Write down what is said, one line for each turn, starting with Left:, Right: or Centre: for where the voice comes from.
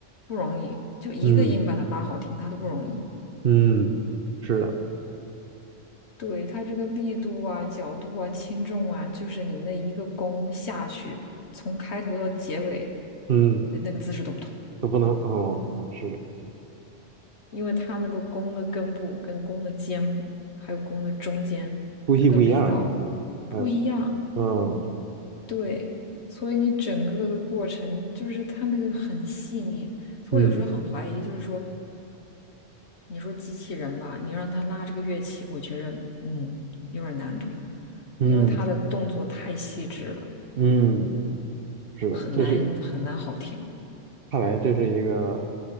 Left: 不容易，就一个音把它拉好听，
Right: 嗯
Left: 它都不容易。
Right: 嗯，是的，
Left: 对，它这个力度啊、角度啊、轻重啊，就是你那一个弓下去，从开头到结尾，
Right: 嗯，
Left: 呃那个姿势都不同，
Right: 都不能，哦，是的，
Left: 因为它那个弓的根部、跟弓的尖，还有弓的中间，
Right: 呼吸不一样是吧？
Left: 它的力道不一样。
Right: 还有。嗯
Left: 对，所以你整个的过程就是它那个很细腻，所以我有时候很怀疑，
Right: 嗯
Left: 就是说，你说机器人吧，你让它拉这个乐器，我觉得嗯有点难度，
Right: 嗯
Left: 因为它的动作太细致了。
Right: 嗯，是的，
Left: 很难很难好听。
Right: 这是看来这是一个